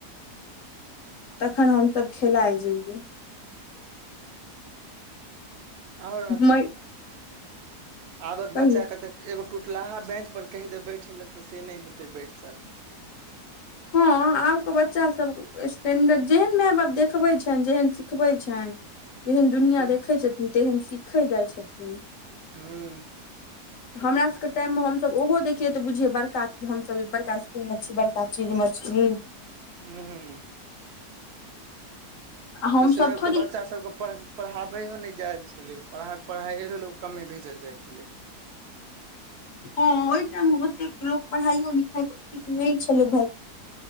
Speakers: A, on the left; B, on the right.
A: तखन हमसभ खेलाइ रहियै
B: आओर
A: मै
B: आबक
A: कहियौ
B: बच्चा कऽ दे एगो टुटलाहा बेंच पर कहि दै बैठेल तऽ से नहि हेतै बैसल
A: हँ हँ आब कऽ बच्चा सब स्टैंडर जेहन माय बाप देखबै छैन जेहन सिखबै छैन तेहेन दुनिया
B: तै
A: देखै छथिन तेहन सीखल जाइ छथिन
B: हूँ
A: हमरा सब कऽ टाइम मऽ हम सब ओहो देखिये तऽ बुझिये बड़का हम सब बड़का स्कूल मऽ छी बड़का चीज मऽ छी
B: हूँ
A: आ हमसभ
B: ओहि समय मऽ
A: थोड़ी
B: तऽ बच्चा सब कऽ पड़ पढ़ाबैयो नहि जायल छलै परहा परहाइयो लऽ कमे भेजल जाइ छलै
A: हँ ओहि टाइम मे ओतेक लोक पढ़ाइयो लिखाइ ओतेक नहि छलै भ